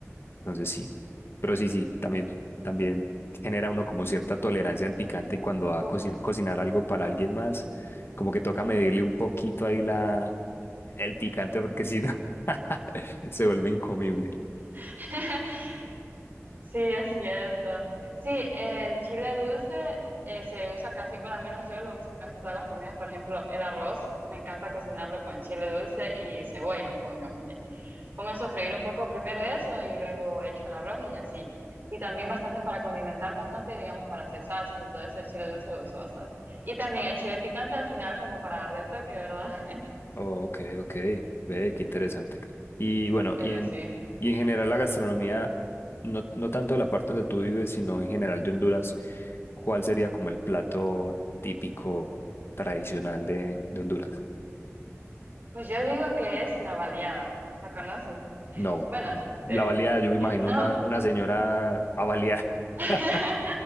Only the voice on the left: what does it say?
Entonces, sí. Pero sí, sí, también, también genera uno como cierta tolerancia al picante y cuando va a
coci- cocinar algo para alguien más, como que toca medirle un poquito ahí la, el picante porque si no, <laughs> se vuelve incomible.
Oh, ok, ok. Ve, qué interesante. Y bueno,
y en,
y en general la gastronomía, no, no tanto de la parte donde tú vives, sino en general de Honduras, ¿cuál sería como el plato típico tradicional de, de Honduras?
No,
no. La
baleada, yo me imagino
una,
una señora a balear.
<laughs>